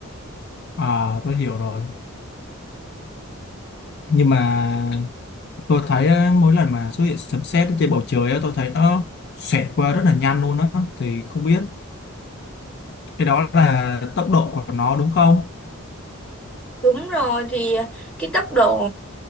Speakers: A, on the left; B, in the centre.
A: À, tôi hiểu rồi. Nhưng mà tôi thấy á, mỗi lần mà xuất hiện sấm sét ở trên bầu trời á, tôi thấy nó xẹt qua rất là nhanh luôn á. Thì không biết Cái đó là tốc độ của nó đúng không?
B: Đúng rồi thì cái tốc độ